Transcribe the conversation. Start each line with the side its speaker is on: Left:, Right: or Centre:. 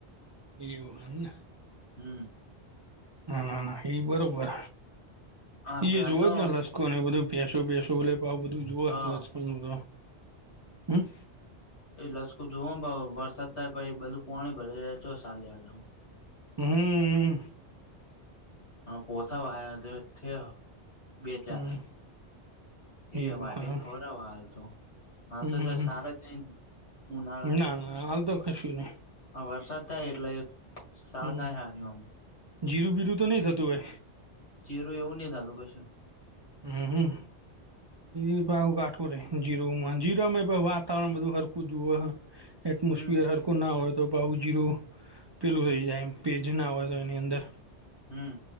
Right: એવું હેમને.
Left: હમ્મ.
Right: ના ના ના ઈ બરોબર
Left: હા
Right: ઈ
Left: ભ્યાસો
Right: જોવો જ ને લસકોને એ બધું ભેંસ તો બેસો લે બા બધું જો
Left: હા
Right: રસકો નું હમ.
Left: એ રસકું જોવ ને ભાવ વરસાદ થાય ભાઈ બધું પાણી ભરા જાય છે સારી લેવા જાવું.
Right: હમ્મ હામ.
Left: હા પોથ આ થ થયો બે ચાર.
Right: હમ
Left: એ
Right: એવું
Left: વાને
Right: હા
Left: <unintelligible> હાલ તો. હાલ
Right: હમ
Left: તો સારા જ નહીં ઉનાળાની
Right: ના ના હાલ તો કશું નહી
Left: આ વરસાદ તા એટલે એ સારું
Right: હમ
Left: થાય <unintelligible>
Right: જીરું બીરું તો નહી થતું હોય.
Left: જીરું એવું નહીં થતું કસે.
Right: હું હું. એ કાઠું રે જીરોમાં જીરોમાં વા વાતાવરણ બધું હરખું જોવ એક મુશ્કેલ
Left: હમ
Right: હરખું ના હોય તો બહું જીરું પેલું થઈ જાય એમ. પેજ ના હોય
Left: હમ
Right: તો એની અંદર
Left: હમ